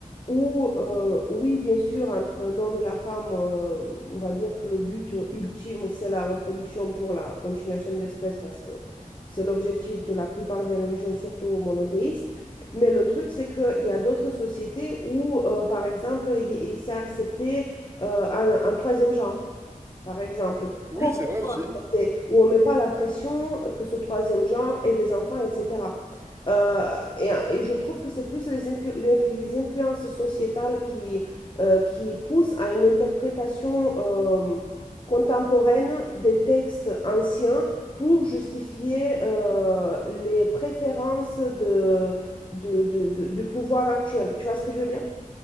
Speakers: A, on the left (about 35°); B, on the right (about 20°).
A: Ou, euh, oui, bien sûr, entre l'homme et la femme, euh, on va dire que le but ultime, c'est la reproduction pour la continuation de l'espèce, parce que c'est l'objectif de la plupart des religions, surtout monothéistes. Mais le truc, c'est qu'il y a d'autres sociétés où, euh, par exemple, il, il s'est accepté euh, un, un troisième genre, par exemple,
B: Oui,
A: complètement
B: c'est vrai aussi.
A: accepté, où on ne met pas la pression que ce troisième genre ait des enfants, etc. Euh, et, et je trouve que c'est plus les, influ- les influ- les influences sociétales qui, euh, qui poussent à une interprétation euh, contemporaine des textes anciens pour justifier euh, les préférences de, de- de- de- du pouvoir actuel. Tu vois ce que je veux dire?